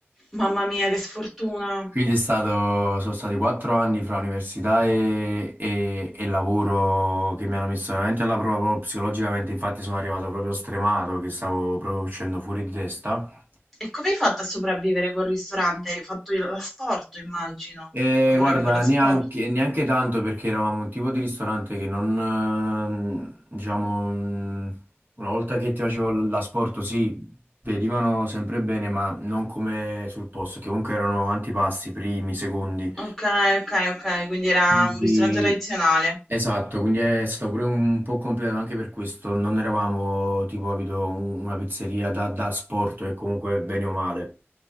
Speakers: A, in the centre; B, on the right.
A: Mamma mia, che sfortuna.
B: Quindi è stato, sono stati quattro anni fra università e, e- e lavoro che mi hanno messo veramente alla prova proprio psicologicamente, infatti sono arrivato proprio stremato, che stavo proprio uscendo fuori di testa.
A: E come hai fatto a sopravvivere col ristorante? Hai fatto il- l'asporto, immagino.
B: E
A: Lavoravi
B: guarda,
A: con l'asporto.
B: neanche, neanche tanto perché eravamo un tipo di ristorante che non, eh, diciamo, mh, una volta che ti facevo l'asporto, sì, venivano sempre bene, ma non come sul posto, che comunque erano antipasti, primi, secondi.
A: Ok, ok, ok, quindi era
B: Quindi
A: un ristorante tradizionale.
B: Esatto, quindi è stato pure un po' complicato anche per questo. Non eravamo tipo capito, un- una pizzeria da, da sport e comunque bene o male.